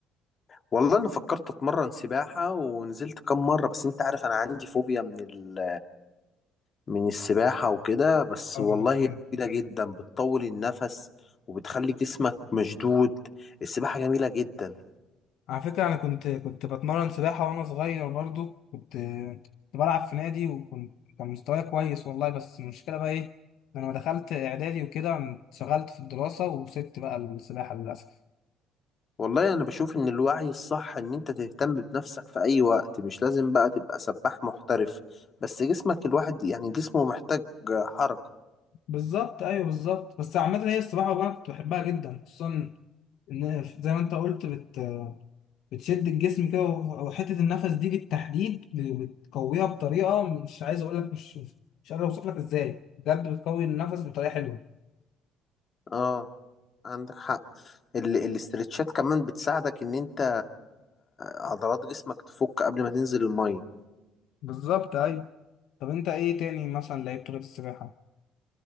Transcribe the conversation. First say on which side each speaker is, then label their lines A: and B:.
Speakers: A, on the left; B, on the left.
A: والله انا فكرت اتمرن سباحة ونزلت كام مرة بس انت عارف انا عندي فوبيا من ال من السباحة وكده بس
B: اه
A: والله هي
B: ايوه
A: مفيدة جدا بتطول النفس وبتخلي جسمك مشدود السباحة جميلة جدا
B: على فكرة انا كنت كنت بتمرن سباحة وانا صغير برضو كنت كنت بلعب في نادي وكنت كان مستواي كويس والله بس المشكلة بقى ايه إن انا لما دخلت اعدادي وكده انشغلت في الدراسة وسبت بقى السباحة للاسف
A: والله انا بشوف ان الوعي الصح ان انت تهتم بنفسك في اي وقت مش لازم بقى تبقى سباح محترف بس جسمك الواحد يعني جسمه محتاج حركة
B: بالظبط ايوه بالظبط بس عامة هي السباحة والله كنت بحبها جدا خصوصا إن- زي ما انت قلت بت... بتشد الجسم كده و- وحته النفس دي بالتحديد ب- بتقويها بطريقه مش عايز اقول لك مش مش قادر اوصف لك ازاي بجد بتقوي النفس بطريقه حلوه
A: اه عندك حق ال- الاسترتشات كمان بتساعدك ان انت عضلات جسمك تفك قبل ما تنزل المية
B: بالظبط ايوه طب انت ايه تاني مثلا لعبت غير السباحه